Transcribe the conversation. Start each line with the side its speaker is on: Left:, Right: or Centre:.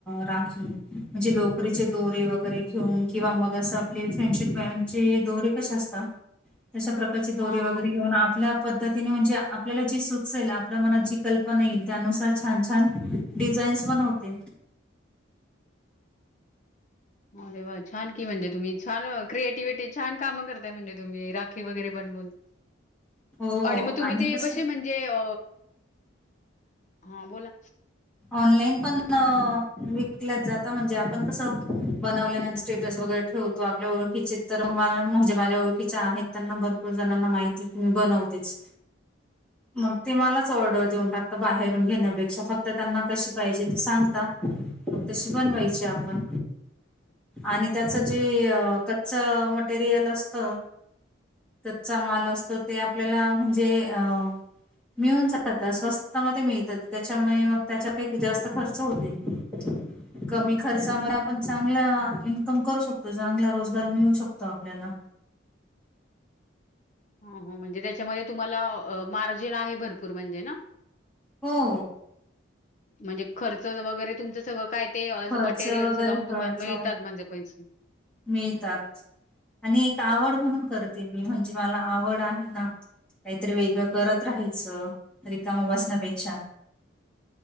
Centre: राखी म्हणजे लोक लोकरीचे दोरे वगैरे घेऊन किंवा मग असं आपले फ्रेंडशिप बँडचे दोरे कसे असतात. तशा प्रकारचे दोरे
Left: हा
Centre: वगैरे
Left: हा.
Centre: घेऊन आपल्या- पद्धतीने म्हणजे आपल्याला जे सुचेल. आपल्या मनात जी कल पणा येईल त्यानुसार छान, छान डिझाईन्स बनवते.
Left: आरे वा! छान की म्हणजे तुम्ही छान क्रिएटिव्हटी छान कामं करताय म्हणजे तुम्ही राखी वगैरे बनवून.
Centre: हो
Left: आणि मग तुम्ही ते
Centre: कसं
Left: कसे? म्हणजे अ हा बोला.
Centre: ऑनलाईन पण विकल्यात जाता. म्हणजे आपण कसं? बनवल्यानंतर स्टेटस वगैरे ठेवतो. आपल्या ओळखीचे तर म्हणजे माझ्या ओळखीच्या आहेत त्यांना भरपूर जणांना माहिती की मी बनवतेच. मग ते मलाच ऑर्डर देऊन टाकंत बाहेरून घेण्या फक्त त्यांना कशी पाहिजे ते सांगता, म तशी बनवायची आपण. आणि त्याच जे कच्च मटेरियल असत. कचा माल असतो ते आपल्याला म्हणजे अ मिळून जातात, स्वस्त मध्ये मिळतात. त्याच्यामुळे मग त्याच्यापैकी जास्त खर्च होत नाही. कमी खर्चामध्ये आपण चांगला इन्कम करू शकतो, चांगला रोजगार मिळू शकतो. तो आपल्याला.
Left: हा, हा म्हणजे त्याच्यामध्ये तुम्हाला मार्जिन आहे भरपूर म्हणजे ना.
Centre: हो.
Left: म्हणजे खर्च वगैरे तुमचं सगळ काय ते
Centre: खर्च
Left: मटेरियल
Centre: वगैरे
Left: जाऊन तुम्हाला
Centre: खर्च
Left: मिळतात म्हणजे पैसे?
Centre: मिळतात. आणि एक आवड म्हणून करते, मी म्हणजे मला आवड आहे ना. काहीतरी वेगळं करत राहायचं, रिकामा बसण्यापेक्षा.